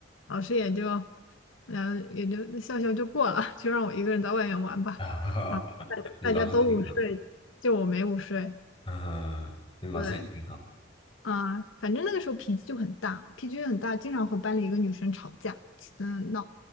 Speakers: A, on the left; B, on the left.
A: 老师也就嗯也就笑笑就过了，就让我一个人在外面玩吧，
B: 啊，
A: 然后大家大家都午睡，
B: <laughs> 你老师挺好。
A: 就我没午睡，
B: 呃嗯，那老师也挺好。
A: 对。啊，反正那个时候脾气就很大，脾气就很大，经常和班里一个女生吵架，嗯闹，